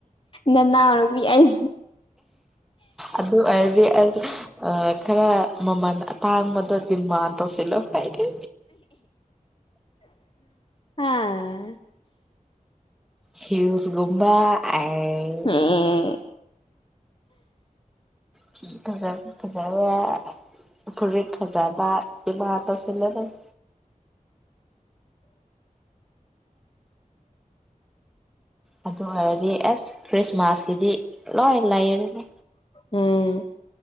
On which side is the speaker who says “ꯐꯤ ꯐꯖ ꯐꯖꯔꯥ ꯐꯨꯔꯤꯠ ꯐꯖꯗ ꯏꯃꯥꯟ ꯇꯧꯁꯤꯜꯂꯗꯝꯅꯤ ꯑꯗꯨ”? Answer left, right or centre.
Centre